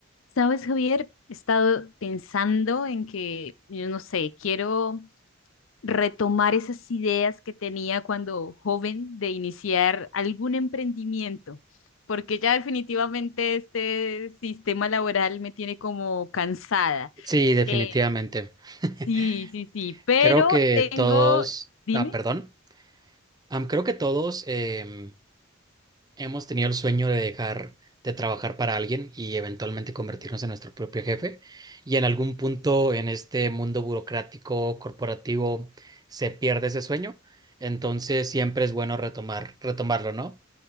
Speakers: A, on the left; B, on the right.
A: Sabes, Javier, he estado pensando en que, yo no sé, quiero retomar esas ideas que tenía cuando joven de iniciar algún emprendimiento, porque ya definitivamente este sistema laboral me tiene como cansada.
B: Sí, definitivamente.
A: Eh,
B: <laughs>
A: sí, sí, sí, pero
B: Creo que
A: tengo,
B: todos,
A: dime.
B: ah, perdón, Am, creo que todos em, hemos tenido el sueño de dejar de trabajar para alguien y eventualmente convertirnos en nuestro propio jefe. Y en algún punto en este mundo burocrático, corporativo, se pierde ese sueño. Entonces siempre es bueno retomar, retomarlo, ¿no?